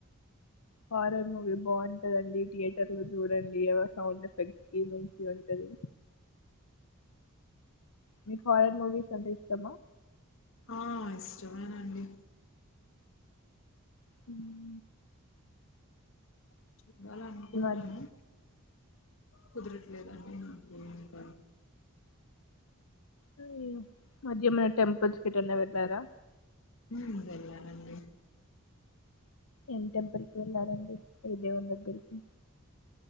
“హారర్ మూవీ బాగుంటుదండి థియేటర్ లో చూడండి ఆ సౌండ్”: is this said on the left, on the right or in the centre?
Left